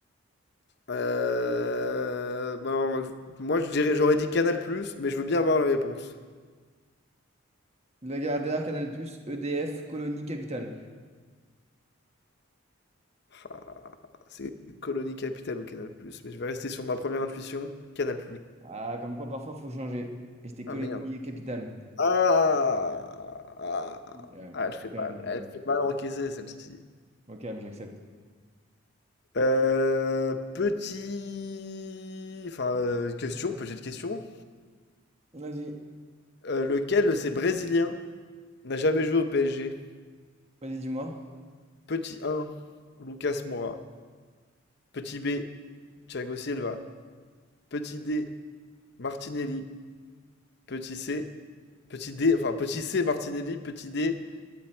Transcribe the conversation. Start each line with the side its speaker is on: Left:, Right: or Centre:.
Left: Euh, ben, moi, je dirais, j'aurais dit Canal+, mais je veux bien avoir la réponse.
Right: Lagardère, Canal+, EDF, Colonie Capital.
Left: Enfin, c'est Colonie Capitale ou Canal+, mais je vais rester sur ma première intuition, Canal+.
Right: Ah, comme quoi parfois faut changer. Et c'était colonie
Left: Ah merde.
Right: capitale.
Left: Ah,
Right: Calme,
Left: Ah, elle fait
Right: au calme,
Left: mal,
Right: au calme.
Left: elle fait mal encaisser celle-ci.
Right: Au calme, j'accepte.
Left: Euh, petit... Enfin, euh, question, petite question.
Right: Vas-y,
Left: Euh, lequel de ces Brésiliens n'a jamais joué au PSG?
Right: vas-y, dis-moi.
Left: Petit 1, Lucas Moura. Petit B, Thiago Silva. Petit D, Martinelli. Petit C, petit D, enfin petit C, Martinelli. Petit D,